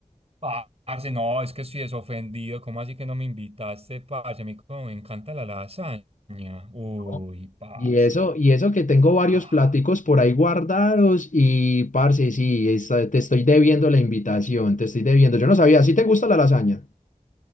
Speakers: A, on the right; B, on the left.
A: parce, no, es que estoy desofendido. ¿Cómo así que no me invitaste, parce? A mí como me encanta la lasaña. Uy,
B: ¿no?
A: parce.
B: Y eso, y eso que tengo varios
A: Ah,
B: platicos por ahí guardados y, parce, sí, esta- te estoy debiendo la invitación, te estoy debiendo. Yo no sabía, ¿sí te gusta la lasaña?